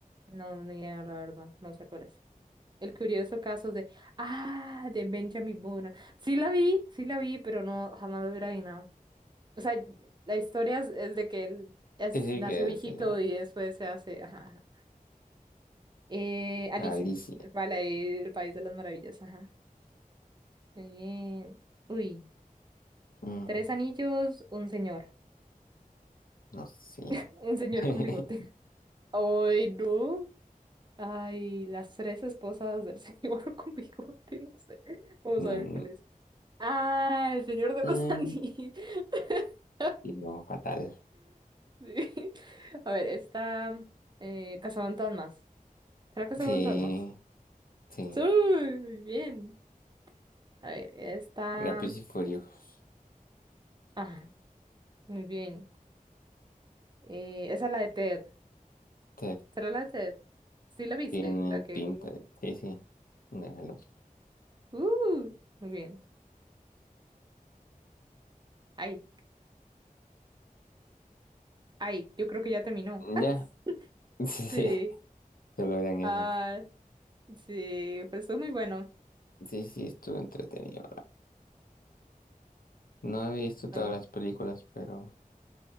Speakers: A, on the right (about 30°); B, on the left (about 75°).
A: no, no, ni idea, la verdad. No sé cuál es. El curioso caso de... Ah, de Benjamin Button. Sí la vi, sí la vi, pero no, jamás lo hubiera adivinado. O sea, la historia es, es de que él es,
B: Sí, sí
A: nació
B: que
A: viejito
B: es eh,
A: y después se hace... Ajá. ajá. Eh, Alicia,
B: Alicia.
A: el, pala- el país de las maravillas. Ajá. Muy bien. Uy,
B: Mm,
A: tres anillos, un señor.
B: no sé.
A: <laughs> Un señor
B: <laughs>
A: con bigote. <laughs> Ay, no. Ay, las tres esposas del <laughs> señor con bigote, no sé. Vamos
B: No,
A: a ver
B: no.
A: cuál es. Ah, el señor de
B: Mm,
A: los anillos. <laughs>
B: sí, no, fatal.
A: Sí. A ver, está eh, Cazafantasmas. ¿Será Cazafantasmas?
B: Sí, sí.
A: Sí, muy bien. A ver, esta
B: Rápidos y Furiosos.
A: Ajá, muy bien. Eh, esa es la de Ted.
B: Te
A: ¿Será la de Ted? ¿Sí la viste?
B: Tiene
A: La que
B: pinta.
A: él.
B: de- Sí, sí. de la luz.
A: Uh, muy bien. Ay, ay, yo creo que ya terminó. <laughs>
B: Ya. <laughs>
A: Sí.
B: Solo eran esas.
A: Ah, Sí, pues estuvo muy bueno.
B: Sí, sí, estuvo entretenido. No he visto todas
A: Ah,
B: las películas, pero